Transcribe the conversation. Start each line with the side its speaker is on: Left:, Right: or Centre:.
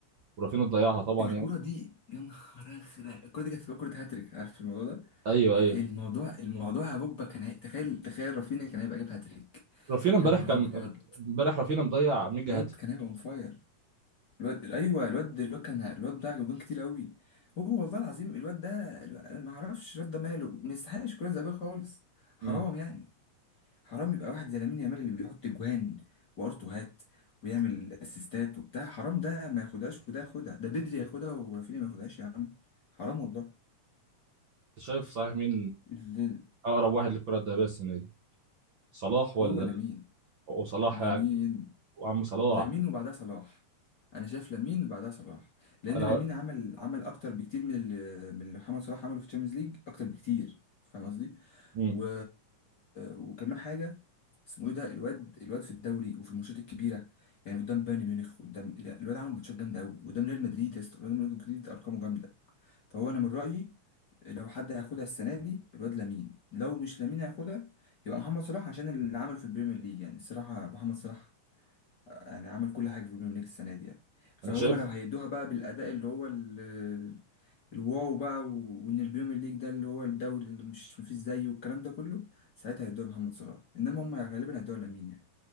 Right: ورافينا ضيعها طبعا
Left: <laughs> الكرة
Right: يعني
Left: دي يا نهار ازرق الكرة دي كانت هتبقى كرة هاتريك عارف الموضوع ده
Right: ايوه ايوه
Left: الموضوع الموضوع يا بوجبا كان هي... تخيل تخيل رافينيا كان هيبقى جايب هاتريك
Right: رافينا امبارح
Left: يا نهار
Right: كان
Left: ابيض
Right: امبارح رافينا مضيع ميجا
Left: الواد
Right: هاتريك
Left: كان هيبقى اون فاير الواد ايوه الواد الواد كان الواد ده جوان كتير قوي هو والله العظيم الواد ده الو- انا ما اعرفش الواد ده ماله ما يستحقش كرة ذهبية خالص حرام
Right: مم.
Left: يعني حرام يبقى واحد زي لامين يامال اللي بيحط جوان وارتوهات ويعمل اسيستات وبتاع حرام ده ما ياخدهاش وده ياخدها ده بدري ياخدها ورافينيا ما ياخدهاش يا عم حرام والله
Right: انت شايف صحيح مين
Left: ال-
Right: اقرب واحد للكره الذهبيه السنه دي صلاح
Left: هو
Right: ولا
Left: لامين
Right: وصلاح
Left: لامين
Right: يعني وعم صلاح
Left: لامين وبعدها صلاح انا شايف لامين وبعدها صلاح لان
Right: انا
Left: لامين عمل عمل اكتر بكتير من اللي من اللي محمد صلاح عمله في الشامبيونز ليج اكتر بكتير فاهم قصدي
Right: مم.
Left: و... وكمان حاجه اسمه ايه ده الواد الواد في الدوري وفي الماتشات الكبيره يعني قدام بايرن ميونخ قدام لا، الواد عمل ماتشات جامده قوي قدام ريال مدريد يا اسطى قدام ريال مدريد ارقامه جامده فهو انا من رايي لو حد هياخدها السنه دي الواد لامين لو مش لامين هياخدها يبقى محمد صلاح عشان اللي عمله في البريمير ليج يعني الصراحه محمد صلاح يعني عمل كل حاجة في البريمير ليج السنة دي يعني فهم
Right: انا شايف
Left: لو هيدوها بقى بالأداء اللي هو ال- الواو بقى و- وإن البريمير ليج ده اللي هو الدوري اللي مش مفيش زيه والكلام ده كله ساعتها هيدوها محمد صلاح إنما هم غالبا هيدوها لامين يعني